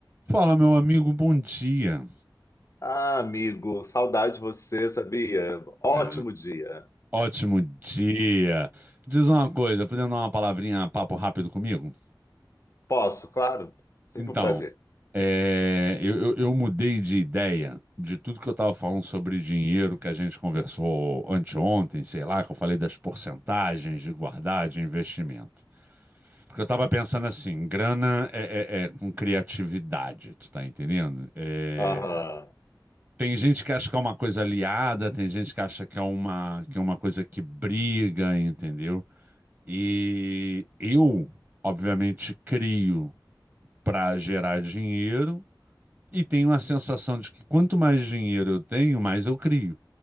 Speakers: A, on the right; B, on the left.
A: Fala, meu amigo, bom dia.
B: Ah, amigo, saudade de você, sabia? Ótimo
A: É,
B: dia.
A: ótimo dia. Diz uma coisa, podendo dar uma palavrinha, papo rápido comigo?
B: Posso, claro. Sempre
A: Então,
B: um prazer.
A: é, eu, eu- eu mudei de ideia de tudo que eu estava falando sobre dinheiro que a gente conversou anteontem, sei lá, que eu falei das porcentagens de guardar, de investimento. Porque eu estava pensando assim, grana é, é- é com criatividade, tu tá entendendo? É,
B: Aham.
A: Tem gente que acha que é uma coisa aliada, tem gente que acha que é uma, que é uma coisa que briga, entendeu? E eu, obviamente, crio para gerar dinheiro e tenho a sensação de que quanto mais dinheiro eu tenho, mais eu crio.